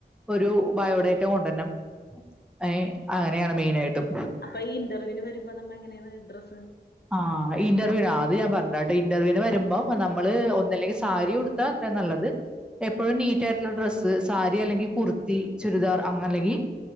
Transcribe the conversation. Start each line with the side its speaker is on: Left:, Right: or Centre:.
Centre: ഒരു ബയോഡേറ്റ കൊണ്ടുരണം. ഏ അങ്ങനെയാണ് മെയിനായിട്ടും.
Left: അപ്പൊ ഇ ഇന്റർവ്യൂന് വരുമ്പോ നമ്മ എങ്ങനെയാണ് ഡ്രസ്
Centre: ആഹ് ഇന്റർവ്യൂനോ അത് ഞാൻ പറഞ്ഞ ഇന്റർവ്യൂവിന് വരുമ്പോ നമ്മള് ഒന്നല്ലേങ്കില് സാരി ഉടുത്താ അത്രേം നല്ലത് എപ്പോഴും നീറ്റ ആയിട്ടുള്ള ഡ്രസ്സ് സാരി, അല്ലെങ്കിൽ കുർത്തി, ചുരിദാർ, അങ്ങന അല്ലെങ്കിൽ